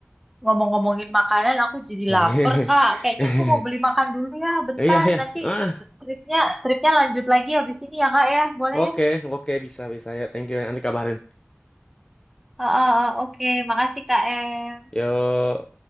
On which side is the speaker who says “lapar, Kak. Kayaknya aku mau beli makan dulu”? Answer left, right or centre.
Centre